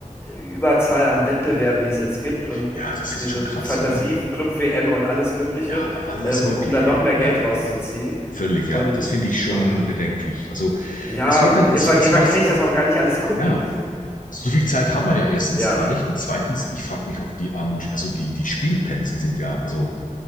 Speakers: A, on the left; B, on the left.
A: Überzahl an Wettbewerben, die es jetzt gibt und
B: Ja, das ist
A: diese
B: schon krass,
A: Fantasie,
B: oder?
A: Club WM und alles Mögliche,
B: Ja, aber alles
A: äh, um
B: Mögliche,
A: da noch
B: hey.
A: mehr Geld
B: Ja,
A: rauszuziehen.
B: völlig, ja.
A: Und
B: Das finde ich schon
A: oh,
B: bedenklich. Also
A: ja,
B: es wird
A: und
B: dann, es,
A: irgendwann,
B: es
A: irgendwann
B: macht,
A: kann ich das auch gar nicht alles gucken.
B: ja, Also So viel Zeit hat man ja erstens
A: Ja.
B: gar nicht. Und zweitens, ich frage mich auch, die armen, also die, die Spielpensen sind ja, also